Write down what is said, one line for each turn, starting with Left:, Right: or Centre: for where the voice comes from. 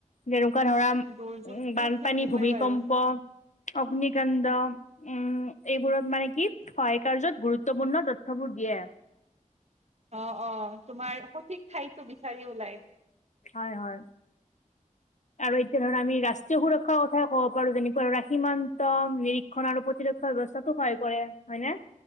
Left: ধৰা উ
Right: দুৰ্যোগটো
Left: বানপানী,
Right: থাকিবই
Left: ভূমিকম্প,
Right: বাৰু
Left: অগ্নিকাণ্ড। উম এইবোৰত মানে কি সহায় কাৰ্যত গুৰুত্বপূৰ্ণ তথ্যবোৰ দিয়ে।
Right: অ অ তোমাৰ সঠিক ঠাইতো বিচাৰি ওলাই।
Left: হয় হয়। আৰু এতিয়া ধৰা আমি ৰাষ্ট্ৰীয় সুৰক্ষাৰ কথাই ক'ব পাৰো। যেনেকুৱা সীমান্ত নিৰীক্ষণ আৰু প্ৰতিৰক্ষা ব্যৱস্থা। তো সহায় কৰে। হয় নে?